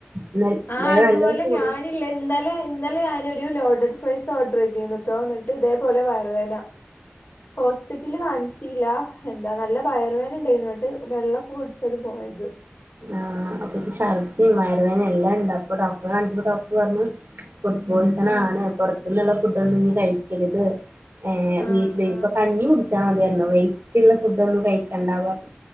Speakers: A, on the right; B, on the left.
A: ഇന്നൽ
B: ആഹ്
A: ഇന്നലെ
B: അതുപോലെ
A: നല്ല കൂടിയ
B: ഞാനില്ലേ ഇന്നലെ ഇന്നലെ ഞാനൊരു ലോഡഡ് ഫ്രൈസ് ഓർഡറെയ്തിര്ന്നട്ടോ ഇന്ന്ട്ട് ഇതേപോലെ വയറുവേന ഹോസ്പിറ്റല് കാണ്ച്ചില്ലാ എന്താ നല്ല വയറുവേന ഇണ്ടായിനു ഇന്ന്ട്ട് വെള്ളൊക്കെ കുടിച്ചത് പോയത്
A: ആഹ് അപ്പൊത് ശ ഛർദിം വയറുവേനിം എല്ലാ ഇണ്ട പ്പൊ ഡോക്ടറെ കാണിച്ചപ്പോ ഡോക്ടർ പറ്ഞ്ഞു ഫുഡ് പോയിസണാണ്
B: ആഹ്
A: പൊറത്ത്ന്ന്ള്ള ഫുഡൊന്നും ഇഞ്ഞ് കഴിക്കരുത് ഏഹ്
B: ആഹ്
A: വീട്ടിലെ
B: ആഹ്
A: ഇപ്പ കഞ്ഞിം കുട്ച്ച് റ്റാ മതിയല്ലൊ വെയി റ്റ്ള്ള ഫുഡൊന്നും കഴിക്കണ്ടാ പറ്ഞ്ഞ്